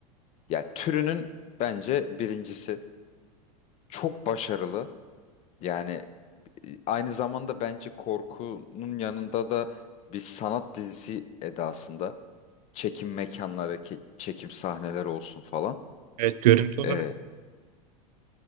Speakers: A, on the left; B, on the right.
A: Ya türünün bence birincisi. Çok başarılı. Yani e, aynı zamanda bence korkunun yanında da bir sanat dizisi edasında. Çekim mekanları, ke- çekim sahneleri olsun falan.
B: Evet görüntü olarak
A: Ee,